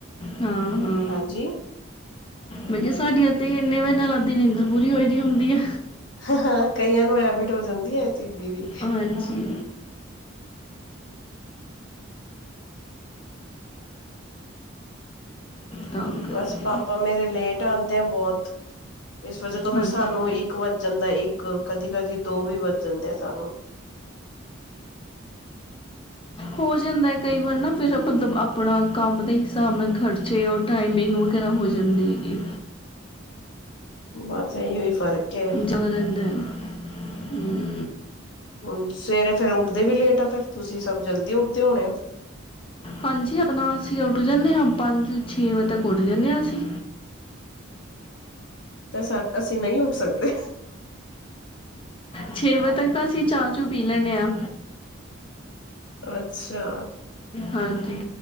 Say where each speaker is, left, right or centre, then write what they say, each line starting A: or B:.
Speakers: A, on the left (about 25°); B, on the left (about 60°).
A: ਹਾਂ ਹਾਂ
B: ਹਾਂਜੀ।
A: ਮੈਂ ਕਿਹਾ, ਸਾਡੀਆਂ ਤੇ ਇੰਨੇ ਵਜੇ ਨਾਲ ਅੱਧੀ ਨੀਂਦਰ ਪੂਰੀ ਹੋਏ ਦੀ ਹੁੰਦੀ ਹੈ
B: ਹਾਂ ਹਾਂ, ਕਈਆਂ ਨੂੰ ਹੈਬੀਤ ਹੋ ਜਾਂਦੀ ਹੈ ਚੀਜ਼ ਦੀ ਵੀ
A: ਹਾਂਜੀ ਤਾਂ ਕਰਕੇ
B: ਬਸ ਪਾਪਾ ਮੇਰੇ ਲੇਟ ਖਾਂਦੇ ਐ, ਬਹੁਤ ਇਸ ਵਜ੍ਹਾ ਤੋਂ ਫੇਿਰ
A: ਹਾਂਜੀ
B: ਸਾਨੂੰ
A: ਹਾਂਜੀ,
B: ਇੱਕ ਵੱਜ ਜਾਂਦਾ ਇੱਕ ਇੱਕ, ਕਦੀ ਕਦੀ ਦੋ ਵੀ ਵੱਚ ਜਾਂਦੇ ਆ ਸਾਨੂੰ
A: ਹੋ ਜਾਂਦਾ ਕਈ ਵਾਰ ਨਾ ਫਿਰ ਮਤਲਬ ਆਪਣਾ ਕੰਮ ਦੇ ਹਿਸਾਬ ਨਾਲ ਖਰਚੇ ਟਾਈਮਿੰਗ ਵਗੈਰਾ ਹੋ ਜਾਂਦੀ ਹੈਗੀ
B: ਬਸ ਐ ਔ ਹੀ ਫ਼ਰਕ ਹੈ
A: ਜੋ ਰਹਿੰਦਾ ਐ ਹੂ
B: ਹੁਣ ਸਵੇਰੇ ਫਿਰ ਉੱਠਦੇ ਵੀ ਲੇਟ ਆ, ਫਿਰ ਤੁਸੀਂ ਸਭ ਜਲਦੀ ਉੱਠਦੇ ਹੋਣੇ ਆ
A: ਹਾਂਜੀ ਆਪਣਾ ਅਸੀਂ ਉੱਠ ਜਾਂਨੇਂ ਆਂ, ਪੰਜ ਛੇ ਵਜੇ ਤੱਕ ਉੱਠ ਜਾਂਨੇਂ ਆ ਅਸੀਂ
B: ਤਾਂ ਸਾ ਅਸੀਂ ਨਹੀਂ ਉੱਠ ਸਕਦੇ
A: ਛੇ ਵਜੇ ਤੱਕ ਤਾਂ ਅਸੀਂ ਚਾਹ ਚੂ ਪੀ ਲੈਣੇ ਹਾਂ
B: ਅੱਛਾ
A: ਹਾਂਜੀ